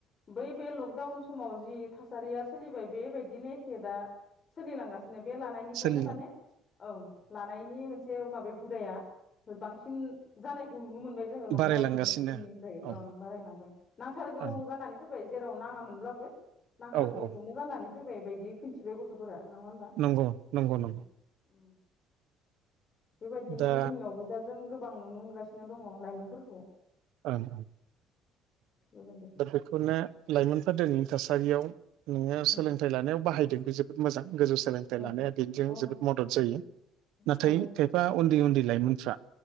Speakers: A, on the left; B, on the right.
A: बै बे लकडाउन समाव जि थासारिया सोलिबाय बे बायदिनो एखे दा सोलिलांगा सानो बे लानायनिफ्रायनो
B: सोलिला
A: माने औ लानायनि मोनसे माबे हुदाया बांसिन जानायखौ नुनो मोन बाय जोङो लकडाउननि
B: बारायलांगासिनो
A: उननिफ्राय बारायलांबाय
B: औ
A: नांथारगौ
B: ओं
A: जानानै फैबाय। जेराव नाङामोनब्लाबो नांथारगौखौनो
B: औ औ
A: जानानै फैबाय बायदि खिन्थिबाय गथ' फोरा नङा होमबा?
B: नंगौ नंगौ
A: उम
B: नंगौ
A: उम बेबायदिनो
B: दा
A: जोंनियावबो दा जों गोबां नुनो मोनगासिनो दङ लाइमोनफोरखौ
B: ओं
A: बेबायदिखौ
B: दा बेखौनो लाइमोनफ्रा दोनै थासारियाव नोङो
A: उम
B: सोलोंथाइ लानायाव बाहायदों बे जोबोद मोजां‌। गोजौ सोलोंथाइ
A: औ
B: लानाया बेनिजों
A: औ
B: जोबोद मदद जायो नाथाय
A: हायो
B: खायफा उन उन्दै उन्दै लाइमोनफ्रा